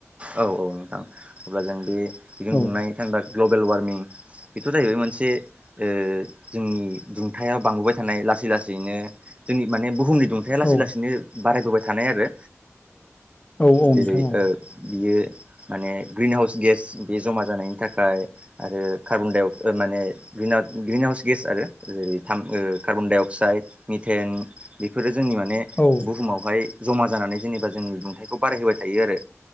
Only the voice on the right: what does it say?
औ औ नोंथां अब्ला जों बे बिदुं
दुंनाय थामहिनबा ग्लबेल वारमिं बेथ' जाहैबाय मोनसे ओ जोंनि दुंथाया बांबोबाय थानाय लासै लासैनो जोंनि माने बुहुमनि दुं- थाया लासै
लासैनो बारायबोबाय थानाय आरो
जेरै
बियो माने ग्रिन हाउस गेस बे जमा जानायनि थाखाय आरो कार्बन डाइ अक्साइद माने- ग्रिनाव ग्रिन हाउस गेस आरो जेरै थाम कार्बन डाइ अक्साइड मिथेन बेफोरो जोंनि माने
बुहुमावहाय जमा जानानै जेनेबा जोंनि दुंथाइखौ बारायहोबाय थायो आरो